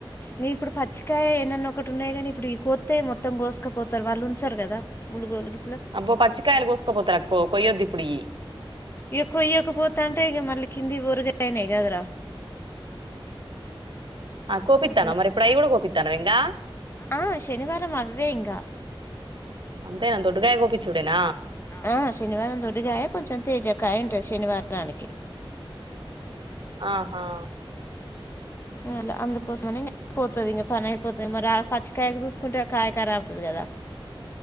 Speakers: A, on the left (about 25°); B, on the right (about 60°).
A: నీకు ఇప్పుడు పచ్చికాయె ఏన్నన్న ఒకటి ఉన్నాయి కని ఇప్పుడు కోత్తె మొత్తం కోస్కపోతార్ వాళ్ళు ఉంచర్ కదా ములుగోలుగ్
B: అబ్బ పచ్చికాయలు కోసకపోతరక్కో కొయ్యొద్దు ఇప్పుడియ్యి
A: ఇక కొయ్యకపోతా అంటే ఇక మళ్ళీ కింది ఓర్గయిని కదరా
B: ఆ కోపిత్తన్నవ
A: అట్ల
B: మరి ఇప్పుడు అయి కూడా కోపిత్తన్నవ ఇంగా
A: ఆ శనివారం అవ్వే ఇంక
B: అంతేన దొడ్డుగాయ గోపి ఇచ్చుడేన
A: ఆ శనివారం దొడ్డిగాయ కొంచెం తేజకాయ ఉంటది శనివారానికి
B: ఆహా
A: ఏమ్ లే అందుకోసమని పోతది ఇంగ పని అయిపోతది మరి ఆ పచ్చికాయకి చూసుకుంటే కాయ కరాబయితది కదా